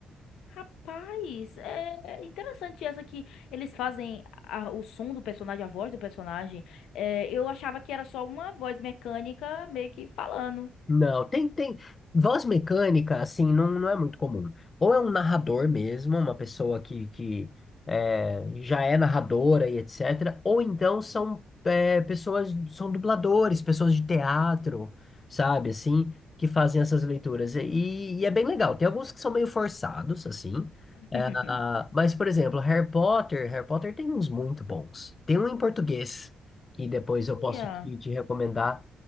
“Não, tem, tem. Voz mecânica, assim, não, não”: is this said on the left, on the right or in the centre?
Left